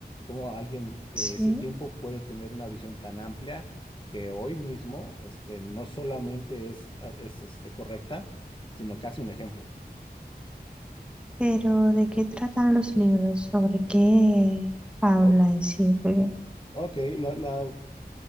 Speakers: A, on the left (about 30°); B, in the centre.
A: cómo alguien de
B: sí.
A: ese tiempo puede tener una visión tan amplia que hoy mismo este, no solamente es, es este, correcta, sino casi un ejemplo.
B: Pero, ¿de qué tratan los libros? ¿Sobre qué habla
A: O-
B: en sí? Porque,
A: ok, la- las